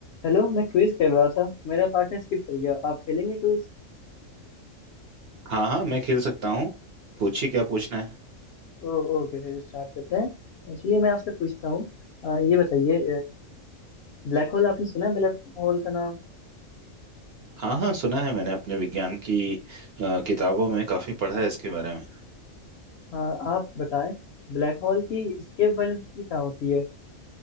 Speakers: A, on the left (about 60°); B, on the right (about 55°).
A: हेलो मैं क्विज खेल रहा था मेरा पार्टनर स्किप कर गया आप खेलेंगे क्विज
B: हाँ हाँ मैं खेल सकता हूँ पूछिए क्या पूछना है
A: ओके फिर स्टार्ट करते हैं एक्चुअली मैं आपसे पूछता हूँ अ, ये बताइए ब्लैक होल आपने सुना है ब्लैक होल का नाम
B: हाँ हाँ सुना है मैंने अपने विज्ञान की अ, किताबों में काफी पढ़ा है इसके बारे में
A: अ, आप बताएं ब्लैक होल की एस्केप वेलोसिटी क्या होती है